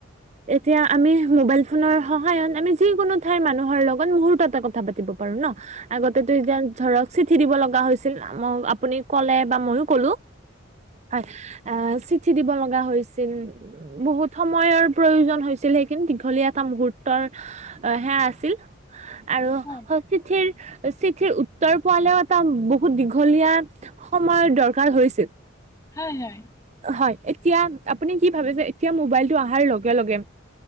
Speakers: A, on the right; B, on the left.
A: এতিয়া আমি মোবাইল ফোনৰ সহায়ত আমি যিকোনো ঠাইৰ মানুহৰ লগত মুহুৰ্ততে কথা পাতিব পাৰো ন'। আগতেটো এতিয়া ধৰক চিঠি দিব লগা হৈছিল মই আপুনি ক'লে বা ময়ো ক'লো। হয়, অ', চিঠি দিব লগা হৈছিল। বহুত সময়ৰ প্ৰয়োজন হৈছিল সেইখিন দীঘলীয়া এটা মুহুৰ্তৰ অ', সেয়া আছিল। আৰু
B: হয়
A: চিঠিৰ চিঠিৰ উত্তৰ পোৱালেও এটা বহুত দীঘলীয়া সময়ৰ দৰকাৰ হৈছিল।
B: হয়, হয়।
A: হয়, এতিয়া আপুনি কি ভাবিছে এতিয়া মোবাইলটো অহাৰ লগে লগে